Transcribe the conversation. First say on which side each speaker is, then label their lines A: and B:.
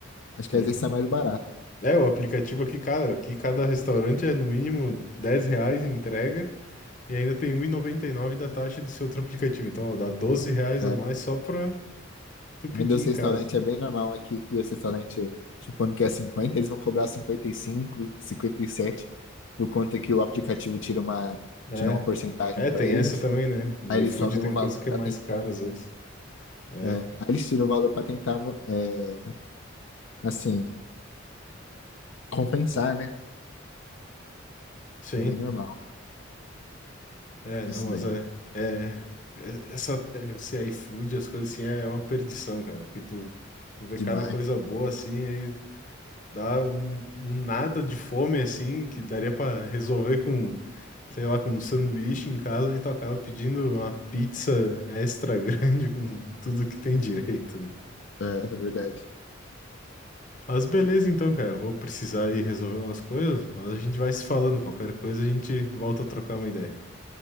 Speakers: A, on the left; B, on the left.
A: Acho que
B: aí
A: às vezes
B: que tá.
A: sai mais barato.
B: É, o aplicativo aqui, cara, aqui cada restaurante é no mínimo 10 reais em entrega e ainda tem um e noventa e nove da taxa desse outro aplicativo. Então, ó, dá doze reais
A: É.
B: a mais só pra tu pedir
A: Ainda os
B: em
A: restaurantes
B: casa.
A: é bem normal aqui que os restaurantes, supondo que é 50, eles vão cobrar cinquenta cinquenta e cinco, cinquenta e sete por conta que o aplicativo tira uma,
B: É,
A: tira uma porcentagem
B: é,
A: para
B: tem
A: eles.
B: essa também, né? No
A: Aí eles
B: iFood
A: sobem
B: tem
A: o valor
B: coisa que
A: para
B: é mais
A: tentar.
B: cara às vezes. É,
A: é, aí eles tiram o valor para tentar, é, assim, compensar, né?
B: sim.
A: É bem normal
B: É,
A: isso
B: não, mas
A: daí.
B: é, é, é- essa, é, esse iFood, as coisas assim, é uma perdição, cara, porque tu, tu vê
A: Demais.
B: cada coisa boa assim Dá um, um nada de fome assim, que daria pra resolver com, sei lá, com um sanduíche em casa e tu acaba pedindo uma pizza extra grande <laughs> com tudo que tem direito, né?
A: É, é é verdade.
B: Mas beleza então, cara, vou precisar ir resolver umas coisas, mas a gente vai se falando, qualquer coisa a gente volta a trocar uma ideia.